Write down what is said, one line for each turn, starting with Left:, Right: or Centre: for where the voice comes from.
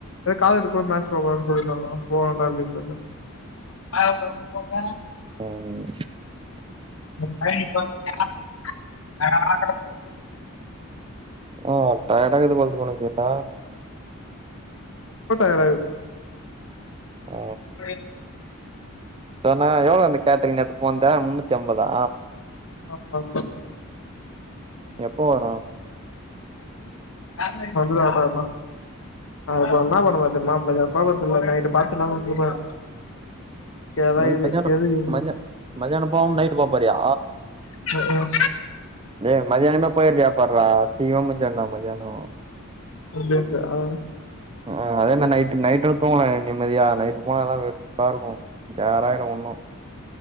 Left: ஏ காதருகூட மேட்ச் போகனு சொல்லிர்ந்தாங்கோ போறாங்ளா எப்டின் தெர்ல ஆயாகூட ம் போங்க
Right: ம்
Left: ம் பழைக்கோ ஓகேவா ராகவ்
Right: ஆ டயர்டாகிது போல்து இப்பொனக்கு ஆ
Left: ரொம்ப டயடாகது
Right: ஆ
Left: <unintelligible>
Right: தோ ண எவ்ளோ அந்த கேட்ரிங் நேத்து போந்த முன்னூத்தி ஐம்பதா
Left: ஆ ஆ
Right: எப்போ வரு
Left: தெர்ல வந்துடூ ஆட்டால்ல நா இப்ப இன்னா பண்ணபோற தெர்மா மதியாணோ போபோர்துல நைட்டு பாத்துலாவுட்டுரப்போறே ஏனா
Right: என்னது
Left: இது
Right: மதியானோ
Left: எதுக்கிது
Right: மதியா மதியானோ போவாம நைட்டு போப்போரியா
Left: ம்
Right: ஏய் மதியானமே போய்றியாபார்றா சீகம் முஞ்சுண்டா மதியானோ
Left: அப்டின்ற ஆ
Right: ஆ அதே த நைட்டு நைட்டு தூங்கலா நிம்மதியா நைட்டு போனாதா வெறுப்பாருக்கு கேராயிடு ஒன்னு